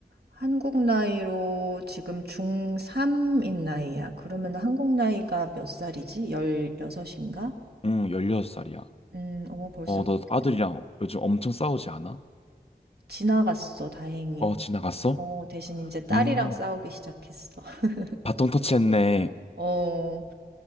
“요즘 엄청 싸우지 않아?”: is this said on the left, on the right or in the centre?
Left